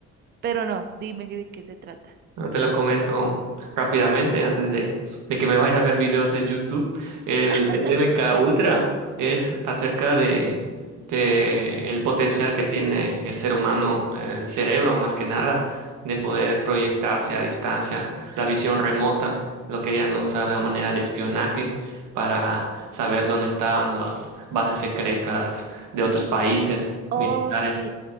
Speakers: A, on the right; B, on the right.
A: pero no. Dime de qué se trata.
B: Bueno, te lo comento rápidamente antes de, de que me vaya a ver videos de YouTube. El,
A: <laughs>
B: el MK
A: Dale.
B: Ultra es acerca de, de el potencial que tiene el ser humano, eh, el cerebro más que nada, de poder proyectarse a distancia, la visión remota. Lo querían usar de manera de espionaje para saber dónde estaban las bases secretas de otros países
A: Ok.
B: militares.